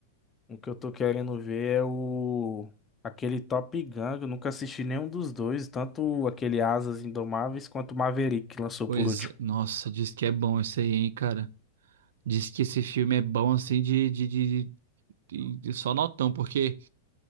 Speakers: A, on the left; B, on the right.
A: O que eu tô querendo ver é o. Aquele Top Gun, que eu nunca assisti nenhum dos dois, tanto aquele Asas Indomáveis quanto o Maverick que lançou
B: Pois,
A: por último.
B: nossa, diz que é bom isso aí, hein, cara. Diz que esse filme é bom assim de, de, de, de- de só notão, porque